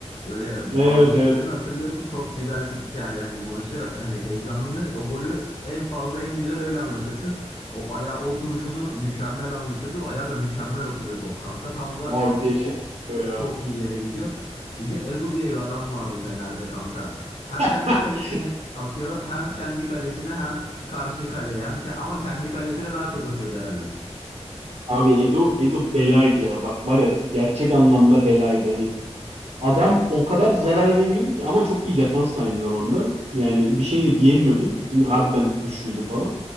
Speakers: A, on the left; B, on the right.
A: böyle
B: Evet
A: bağırışlarını
B: evet.
A: hatırlıyorum. Çok güzel spikerdi yani bu maçı hani heyecanını o golü en fazla en güzel öyle anlatırsın. O ayağa oturuşunu mükemmel anlatıyordu. Ayağı da mükemmel oturuyor top kanka tam da
B: Abi dehşet
A: o
B: oturuyor
A: çok
B: ya.
A: iyi yere gidiyor. Bir de Edu diye bir adam vardı Fener'de kanka. Hem kendi
B: <laughs>
A: kalesine atıyor hem kendi kalesine hem karşı kaleye hem ke- ama kendi kalesine daha çok atıyordu herhalde.
B: Abi Edo Edo belaydı ya. Bak var ya gerçek anlamda belaydı. Hani adam o kadar zarar veriyordu ki ama çok iyi defans da aynı zamanda. Yani bir şey de diyemiyordun. Çünkü harbiden güçlüydü falan.